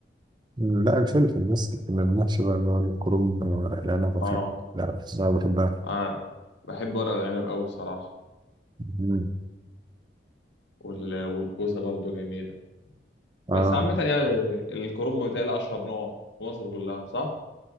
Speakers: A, on the right; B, on the left.
A: مم، لا الفلفل بس لكن المحشي بقى اللي هو الكرنب والعنب
B: اه
A: والحاجات لا لا بحبها
B: انا بحب ورق العنب قوي بصراحه
A: مم.
B: وال... والكوسه برضو جميله بس
A: اه
B: عامه يعني الكرنب بتاعي اشهر نوع في مصر كلها صح